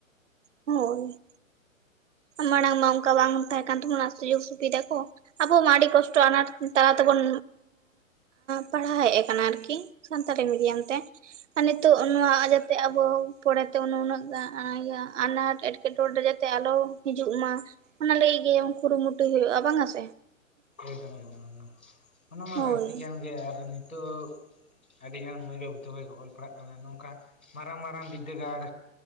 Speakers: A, on the right; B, on the left.
A: ᱦᱳᱭ, ᱢᱟᱲᱟᱝ ᱢᱟ ᱚᱱᱠᱟ ᱵᱟᱝ ᱛᱟᱦᱮᱸ ᱠᱟᱱ ᱛᱟᱵᱱᱟ ᱚᱱᱟ ᱥᱩᱡᱳᱜ᱾ ᱥᱩᱵᱤᱫᱟ ᱠᱚ ᱟᱵᱚ ᱢᱤ ᱠᱚᱥᱴᱚ ᱟᱱᱟᱴ ᱛᱟᱨᱟ ᱛᱮᱵᱚᱱ ᱯᱟᱲᱦᱟᱣ ᱦᱮᱡ ᱠᱟᱱᱟ ᱟᱨᱠᱤ ᱥᱟᱱᱛᱟᱲᱤ ᱢᱤᱰᱤᱭᱟᱢ ᱛᱮ᱾ ᱟᱨ ᱱᱤᱛᱚᱜ ᱱᱚᱣᱟ ᱡᱟᱛᱮ ᱟᱵᱚ ᱯᱚᱨᱮᱛᱮ ᱩᱱᱟᱹᱜ ᱟᱱᱟᱴ ᱮᱴᱠᱮᱴ ᱮᱴᱠᱮᱴᱚᱬᱮ ᱨᱮ ᱡᱟᱛᱮ ᱟᱞᱚ ᱦᱤᱡᱩᱜ ᱢᱟ ᱚᱱᱟ ᱞᱟᱹᱜᱤᱫ ᱜᱮ ᱠᱩᱨᱩᱢᱩᱴᱩ ᱦᱩᱭᱩᱜᱼᱟ ᱵᱟᱝ ᱟ ᱥᱮ᱾
B: ᱮᱠᱫᱚᱢ ᱮᱫᱚᱢ ᱚᱱᱟ ᱢᱟ
A: ᱦᱳᱭ
B: ᱞᱟᱹᱠᱛᱤ ᱠᱟᱱ ᱜᱮ ᱟᱨ ᱱᱤᱛᱚᱜ ᱟᱹᱰᱤᱜᱟᱱ ᱢᱟᱹᱭ ᱵᱟᱹᱵᱩ ᱛᱟᱠᱚ ᱠᱚ ᱚᱞ ᱯᱟᱲᱦᱟᱜ ᱠᱟᱱᱟ ᱱᱚᱝᱠᱟ ᱢᱟᱨᱟᱝ ᱢᱟᱨᱟᱝ ᱵᱤᱫᱽᱫᱟᱹᱜᱟᱲᱽ